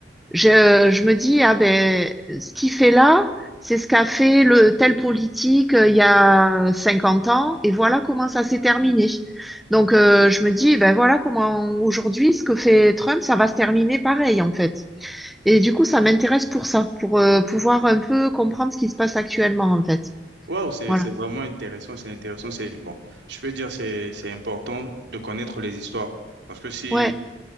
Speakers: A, in the centre; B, on the right (about 70°).
A: Je, je me dis, ah ben, ce qu'il fait là, c'est ce qu'a fait le tel politique euh, il y a 50 ans, et voilà comment ça s'est terminé. Donc, euh, je me dis, ben voilà comment aujourd'hui, ce que fait Trump, ça va se terminer pareil, en fait. Et du coup, ça m'intéresse pour ça, pour euh, pouvoir un peu comprendre ce qui se passe actuellement, en fait.
B: Waouh, c'est,
A: Voilà.
B: c'est vraiment intéressant, c'est intéressant, c'est bon. Je peux dire c'est c'est important de connaître les histoires parce que si
A: Ouais.